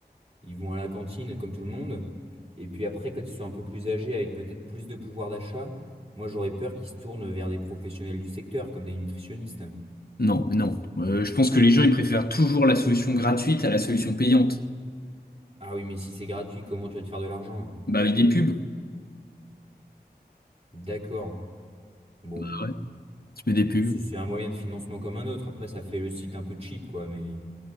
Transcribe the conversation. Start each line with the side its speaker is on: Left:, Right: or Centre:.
Right: Ils vont à la cantine comme tout le monde. Et puis après, quand ils sont un peu plus âgés, avec peut-être plus de pouvoir d'achat, moi j'aurais peur qu'ils se tournent vers des professionnels du secteur, comme des nutritionnistes.
Left: Non, mais non. Euh, je pense que les gens, ils préfèrent toujours la solution gratuite à la solution payante.
Right: Ah oui, mais si c'est gratuit, comment tu vas te faire de l'argent?
Left: Bah, avec des pubs.
Right: D'accord. Bon,
Left: Ah ouais. Tu mets des pubs.
Right: c'est c'est un moyen de financement comme un autre. Après, ça fait le site un peu cheap, quoi. Mais,